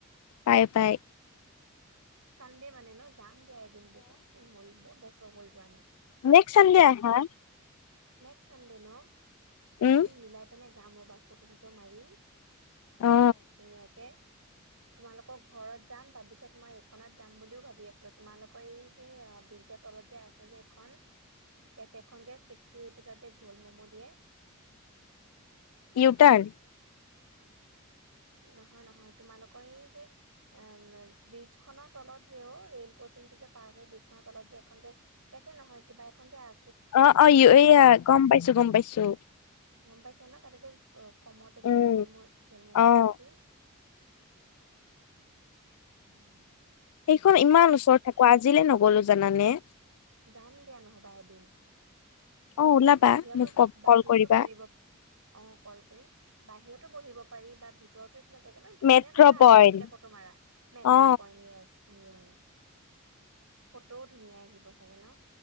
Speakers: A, on the left; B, on the right.
A: পাই পাই
B: চানডে মানে ন, যাম দিয়া এদিন বহুত দিন হল বহুত বছৰ হল যোৱা নাই।
A: নেক্স চানডে আহা।
B: নেক্স চানডে ন
A: উম,
B: এদিন মিলাই পেনে যাম ৰ'ব ফটো চটো মাৰিম।
A: অ,
B: ধুনীয়াকে তোমালোকৰ ঘৰত। যাম তাৰপিছত মই এইখনত যাম বুলিও ভাবি আছিলো, তোমালোকৰ এই যে ব্ৰিজৰ তলত যে আছে যে এইখন কেফে খন যে ছিক্সটি ৰুপিচৰ যে ঝল মম' দিয়ে।
A: <unintelligible> ইউটান
B: নহয় নহয় তোমালোকৰ এই যে, অ ব্ৰিজ খনৰ তলত যে ও ৰেল কছ সিংটো যে পাৰ হৈ বজ খনৰ তলত যে এখন যে কেফে নহয় কিবা এখন যে আ
A: অ অ এয়া গম পাইছো গম পাইছো
B: গম পাইছা ন, তাতে যে অ কমতে যে
A: উম,
B: ঝল মম ঝল মম
A: অ।
B: দি আছিল। <unintelligible>
A: সেইখন ইমান ওচৰত থাকো আজিলে নগলো জানানে।
B: যাম দিয়া নহবা এদিন।
A: অ ওলাবা
B: বাহিৰতো
A: মোক ক
B: বাহিৰতো
A: কল কৰিবা
B: পৰিব, অ কল কৰিম। বাহিৰতো বহিব পাৰি বা ভিতৰত, এইবিলাক জেগা মানে ধুনীয়া
A: মেট্ৰ'
B: জেগা
A: পইণ্ট
B: আছে বোলে ফটো মাৰা, মেট্ৰ'
A: অ
B: পইণ্ট য়েছ। উম, ফটোও ধুনীয়া আহিব চাগে ন?